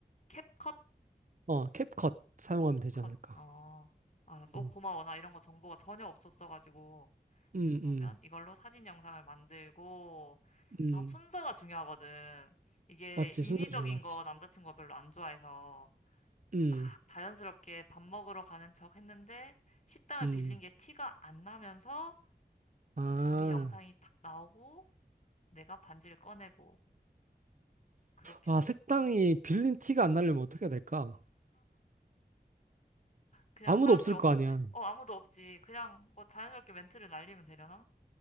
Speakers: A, on the left; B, on the right.
A: 캡컷
B: 어, 캡컷 사용하면 되지
A: 캡컷.
B: 않을까?
A: 어, 알았어.
B: 음.
A: 오, 고마워. 나 이런 거 정보가 전혀 없었어가지고.
B: 음,
A: 그러면
B: 음.
A: 이걸로 사진 영상을 만들고,
B: 음.
A: 아, 순서가 중요하거든. 이게
B: 맞지.
A: 인위적인
B: 순서 중요하지.
A: 거 남자친구가 별로 안 좋아해서
B: 음.
A: 딱 자연스럽게 밥 먹으러 가는 척 했는데 식당을
B: 음.
A: 빌린 게 티가 안 나면서
B: 아.
A: 우리 영상이 탁 나오고 내가 반지를 꺼내고 그렇게
B: 아,
A: 하고
B: 색당이
A: 싶어.
B: 빌린 티가 안 나려면 어떻게 해야 될까?
A: 그냥
B: 아무도
A: 사람들
B: 없을
A: 없는데.
B: 거 아니야.
A: 어, 아무도 없지. 그냥 뭐 자연스럽게 멘트를 날리면 되려나?